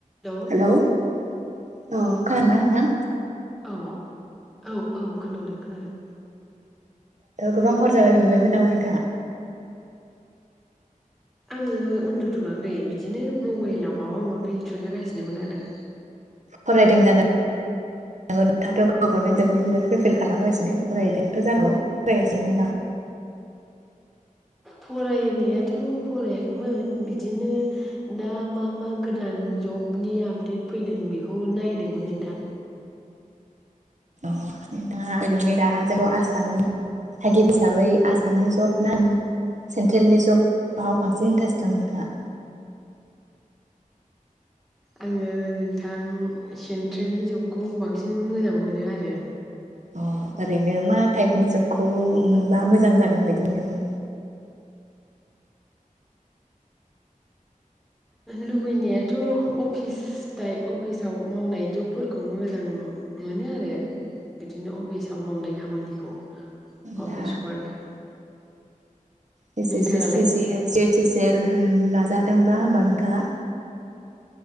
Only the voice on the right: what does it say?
hello औ खनादोंना नोंथां
गोबा हर जाबाय उन्दुबायमोन नामा नोंथाङा
फरायदों जानो नोंथ' गभर्मेन्ट जबनि बिराद प्रिपेयार खालामगासिनो फरायदोंथ' जानांगौ फरायगासिनोमोन ना
अ नोंथाङा ओरैनो दा जोंखौ आसामनि थागिब हिसाबै आसामनि जब ना सेन्ट्रेलनि जबाव बांसिन इन्ट्रेस्ट दं नोंथाङा
अ ओरैनो मा टाइपनि जबखौ मोनबा मोजां जागोन बिदिनो
दा
<unintelligible>
सिजेल होनो नाजादोंबा होमबा नोंथाङा